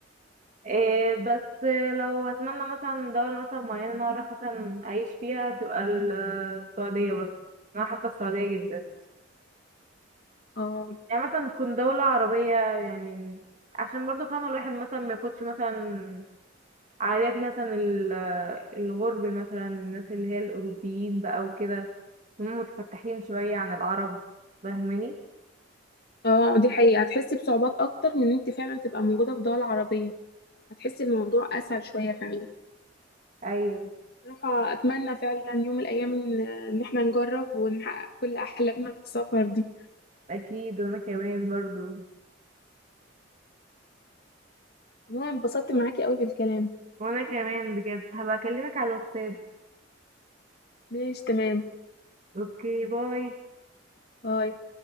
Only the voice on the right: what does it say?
إيه بس لو هتمنى مثلا دولة مثلا معينة انا اروح مثلا اعيش فيها تبقى ال- السعودية برضه انا حابة السعودية جدا
يعني مثلا تكون دولة عربية يعني عشان برضه فاهمة الواحد مثلا ما ياخدش مثلا عادات مثلا ال- الغرب مثلا الناس اللي هي الأوروبيين بقى وكده هم متفتحين شوية عن العرب فاهماني
ايوه
اكيد وانا كمان برضو
وانا كمان بجد هبقى اكلمك على الواتساب
اوكي باي